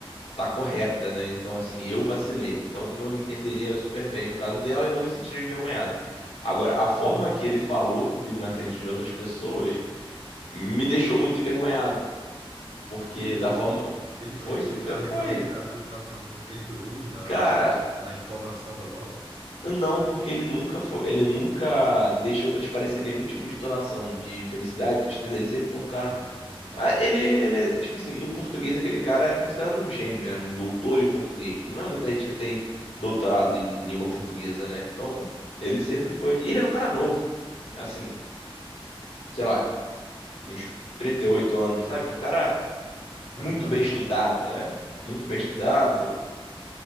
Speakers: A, on the left; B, on the right.
A: tá correta, né? Então, assim, eu vacilei. Então, eu entenderia super bem o caso dela e não me sentiria envergonhado. Agora, a forma
B: né?
A: que ele falou comigo na frente de outras pessoas me deixou muito envergonhado, porque
B: E ele foi
A: da forma
B: rude? Ele
A: foi
B: foi, e-
A: super
B: e-
A: foi.
B: além, da, do- das palavras, ele foi rude na,
A: Cara,
B: na, na entonação da voz?
A: não, porque ele nunca foi, ele nunca deixou transparecer nenhum tipo de entonação de felicidade, tristeza. Ele sempre foi um cara
B: Ah, tá.
A: Ah, Ele, ele é, tipo assim, no português aquele cara é considerado um gênio, né? Um doutor em português. Não é muita gente que tem doutorado em língua portuguesa, né? Então, ele sempre
B: Uhum.
A: foi. E ele era um cara novo, assim, sei lá, uns 38 anos, sabe? Um cara
B: É
A: muito
B: um cara
A: bem
B: novo.
A: estudado, é, muito bem estudado.